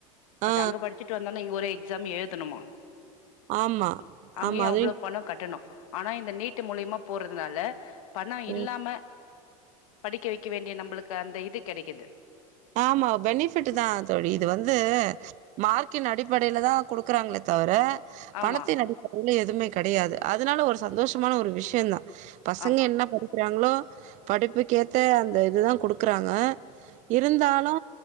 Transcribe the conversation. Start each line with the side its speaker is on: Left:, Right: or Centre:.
Right: ஆ
Left: பட் அங்க படி ச்சுட்டு வந்தோனே இங்க ஒரு எக்ஸாம் எழுதணுமா
Right: ஆமா
Left: அங்கயு
Right: ஆமா அது
Left: அவ்ளோ பணோ கட்டணு ஆனா இந்த நீட்டு மூலியமா போறதுனால பணோ இல்லாம
Right: ம்
Left: படிக்க வைக்க வேண்டிய நம்புளுக்கு அந்த இது கெடைக்கிது.
Right: ஆமா பெனிஃபிட்டு தா தோழி இது வந்து மார்க்கின் அடிப்படைல தா குடுக்குறாங்களே தவர
Left: ஆமா
Right: பணத்தின் அடிப்படைல எதுவுமே கெடையாது. அதனால ஒரு சந்தோஷமான ஒரு விஷ்யந் தா பசங்க
Left: ஆமா
Right: என்ன படிக்கிறாங்ளோ படிப்புக்கேத்த அந்த இது தா கொடுக்குறாங்க. இருந்தாலு